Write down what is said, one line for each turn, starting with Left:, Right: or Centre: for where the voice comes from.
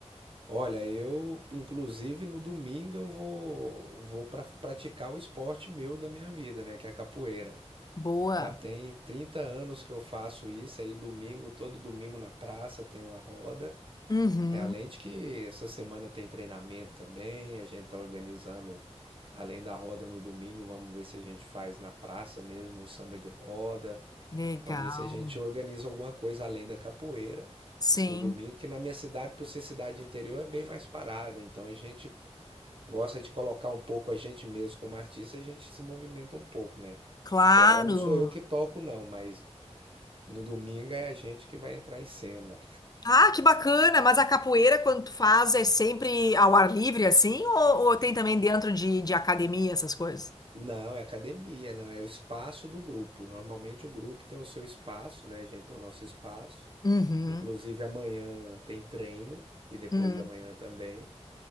Right: olha, eu, inclusive, no domingo eu vou, vou para praticar o esporte meu da minha vida, né? Que é a capoeira.
Left: Boa.
Right: Já tem 30 anos que eu faço isso, aí domingo, todo domingo na praça tem uma roda,
Left: Uhum.
Right: né? Além de que essa semana tem treinamento também, a gente tá organizando, além da roda no domingo, vamos ver se a gente faz na praça mesmo um samba de roda,
Left: Legal.
Right: vamos ver se a gente organiza alguma coisa além da capoeira
Left: Sim.
Right: no domingo, que na minha cidade, por ser cidade interior, é bem mais parada, então a gente gosta de colocar um pouco a gente mesmo como artista, a gente se movimenta um pouco, né?
Left: Claro.
Right: Forró não sou eu que toco, não, mas no domingo é a gente que vai entrar em cena.
Left: Ah, que bacana! Mas a capoeira, quando tu faz, é sempre ao ar livre, assim? Ou, ou tem também dentro de, de academia essas coisas?
Right: Não, é academia, não, é o espaço do grupo. Normalmente o grupo tem o seu espaço, né? A gente tem o nosso espaço.
Left: Uhum,
Right: Inclusive amanhã tem treino e depois
Left: uhum,
Right: da manhã também.